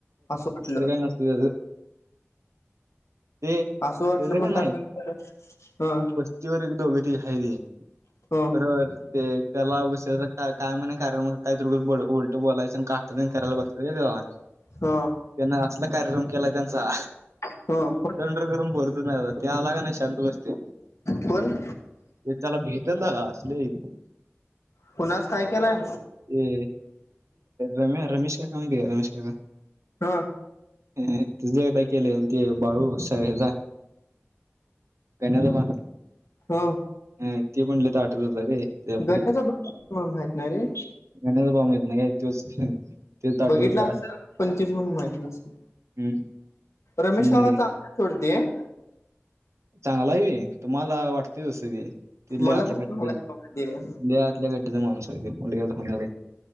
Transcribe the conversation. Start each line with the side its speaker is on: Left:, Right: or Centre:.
Left: असं. <unintelligible>
Right: तसलं काय नसतं त्याचं ते
Left: असं वाटलं
Right: त्याचं का नाही
Left: <unintelligible> हं.
Right: <unintelligible>
Left: हम्म.
Right: बरोबर ते त्याला <unintelligible> का काय म्हणे कारण मग काहीत ब उलटं बोलायचं का <unintelligible> करायला बघत तेव्हा त्यांना
Left: ह
Right: असला कार्यक्रम केला त्यांचा.
Left: हो.
Right: दंड वर करून <unintelligible> त्या आला का नाही शांत बसते.
Left: कोण
Right: ते त्याला भेटल असल आहे ते.
Left: कुणास काय केलाय.
Right: ते अं, रम्या रमेश काका माहित आहे का रमेश काका?
Left: हा.
Right: अ तुझ एकदा केलय अन ते बाळू सगळे जा गण्याला बा
Left: हम्म
Right: हम्म ते पण लई ताठत होत रे. त्या
Left: गण्याचा <unintelligible> माहित नाही रे.
Right: गाण्याचा भाऊ माहित का एक दिवस ते <unintelligible>
Left: बघितला
Right: होता.
Left: असेल पंचवीस म्हणून माहित नसेल
Right: हम्म.
Left: रमेश
Right: आणि
Left: <unintelligible> सोडते.
Right: चांगला आहे की तुम्हाला वाटते तसं ते. तिथल्या
Left: मला
Right: <unintelligible>
Left: तर चांगला
Right: द्या. लई गट्ट्याचा माणूस हाय त्यो <unintelligible> होणारे.